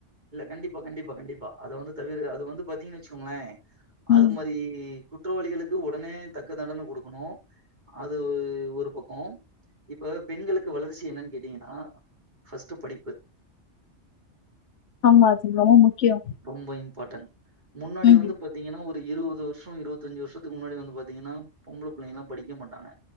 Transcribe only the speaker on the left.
ம்
ஆமா அது
ரொம்ப முக்கியோ
ம்